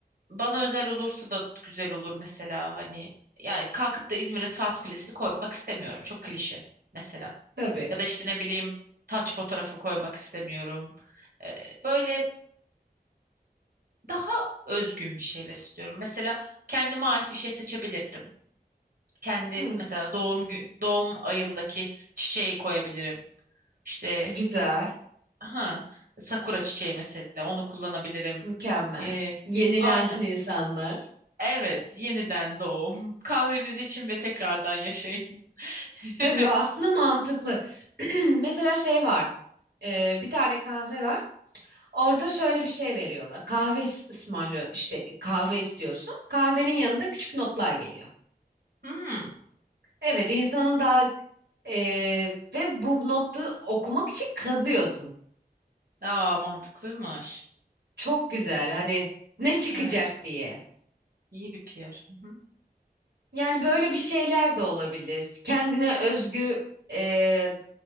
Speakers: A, on the right; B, on the right.
A: bana özel olursa da güzel olur mesela hani yani kalkıp da İzmir'in saat kulesini koymak istemiyorum çok klişe mesela.
B: Tabii.
A: Ya da işte ne bileyim taç fotoğrafı koymak istemiyorum. Ee, böyle daha özgün bir şeyler istiyorum. Mesela kendime ait bir şey seçebilirim. Kendi
B: Hı,
A: mesela doğum gün doğum ayımdaki çiçeği koyabilirim. İşte
B: güzel.
A: ha sakura çiçeği mesela onu kullanabilirim.
B: Mükemmel.
A: Ee,
B: Yenilensin
A: aynen.
B: insanlar.
A: Evet, yeniden doğum. <laughs> Kahvemizi için ve tekrardan yaşayın. <laughs>
B: Tabii aslında mantıklı. <clears throat> Mesela şey var. e, bir tane kahve var. Orada şöyle bir şey veriyorlar. Kahve is- ısmarlıyor işte kahve istiyorsun. Kahvenin yanında küçük notlar geliyor.
A: Hmm.
B: Evet insanın daha e, ve bu notu okumak için kazıyorsun.
A: Aa, mantıklıymış.
B: Çok güzel hani ne çıkacak
A: Evet.
B: diye.
A: İyi bir PR. Hı hı.
B: Yani böyle bir şeyler de olabilir. Kendine özgü e,